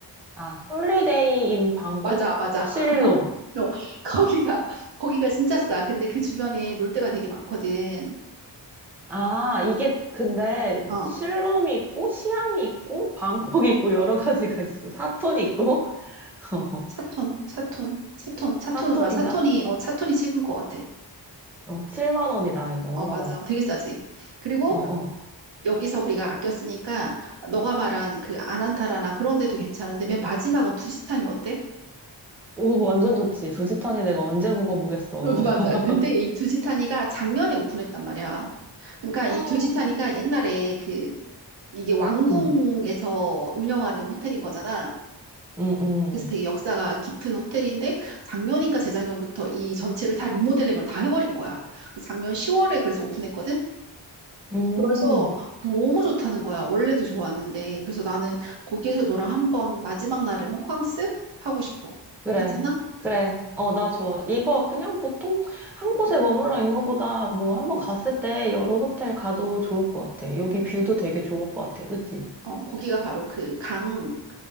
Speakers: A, in the centre; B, on the right.
A: 아, 홀리데이 인 방콕
B: 맞아, 맞아. <laughs>
A: 실롬.
B: 너 거기가 거기가 진짜 싸. 근데 그 주변에 놀 데가 되게 많거든.
A: 아, 이게 근데
B: 어,
A: 실롬이 있고 시암이 있고 방콕이 있고 여러 가지가 있어. 사톤 있고. <laughs>
B: 사톤, 사톤, 사톤, 사톤으로
A: 사톤인가?
B: 한 사톤이 어 사톤이 최근 것 같아.
A: 어, 7만 원이다 이거.
B: 어, 맞아. 되게 싸지. 그리고
A: 어, 어.
B: 여기서 우리가 아꼈으니까 너가 말한 그 아난타라나 그런 데도 괜찮은데 맨 마지막은 두지탄이 어때?
A: 오, 완전 좋지. 두지탄이 내가 언제 묵어보겠어.
B: 어, 맞아.
A: <laughs>
B: 근데 이 두지타니가 작년에 오픈했단 말이야. 그러니까
A: 아,
B: 이 두지타니가 옛날에 그 이게 왕궁에서
A: 응,
B: 운영하는 호텔인 거잖아.
A: 응, 응.
B: 그래서 되게 역사가 깊은 호텔인데 작년인가 재작년부터 이 전체를 다 리모델링을 다 해버린 거야. 그래서 작년 10월에 그래서 오픈했거든.
A: 음,
B: 그래서 너무 좋다는 거야. 원래도 좋았는데. 그래서 나는 거기에서 너랑 한번 마지막 날은 호캉스 하고 싶어.
A: 그래.
B: 괜찮아?
A: 그래. 어, 나 좋아. 이거 그냥 보통 한 곳에 머물러 있는 것보다 뭐 한번 갔을 때 여러 호텔 가도 좋을 것 같아. 여기 뷰도 되게 좋을 것 같아. 그치?
B: 어, 거기가 바로 그 강